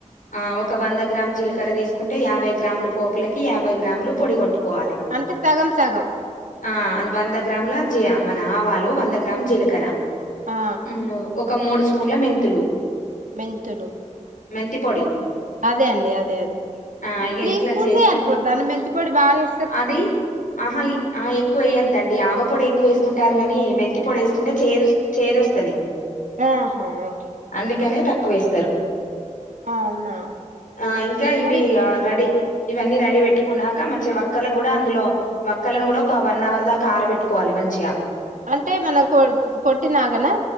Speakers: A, on the left (about 85°); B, on the right (about 80°).
A: ఆ ఒక వంద గ్రామ్ జీలకర్ర తీసుకుంటే యాభై గ్రాములు పోపులకి యాభై గ్రాములు పొడి కొట్టుకోవాలి
B: అంటే సగం సగం
A: ఆ వంద గ్రాముల జీయా మన ఆవాలు వంద గ్రాము జీలకర్ర
B: ఆ
A: ఇంగో ఒక మూడు స్పూన్ల మెంతులు
B: మెంతులు
A: మెంతి పొడి
B: అదే అండి అదే అదే
A: ఆ ఇక
B: త్రీ
A: ఇట్లా
B: స్పూన్స్
A: చేసుకు
B: ఎ సరిపోద్దా అండి మెంతి పొడి బాగా ఏ
A: అది అహల్ ఆ ఎక్కువ వేయ్యద్దండి ఆవ పొడి ఎక్కువ వేసుకుంటారు గానీ మెంతి పోడి వేసుకుంటే చేదు చేదొస్తది
B: ఆహా ఓకే
A: అందుకనే తక్కువ వేస్తారు
B: ఆ, అవునా
A: ఆ ఇంకా ఇవి
B: మరి
A: రెడీ ఇవన్నీ రెడీ పెట్టుకు కున్నాక మంచిగా వక్కలకు కూడా అందులో వక్కలను కూడా ఒక వన్ అవర్ దాకా ఆర పెట్టుకోవాలి మంచిగా
B: అంటే మనం కొ కొట్టినాగనా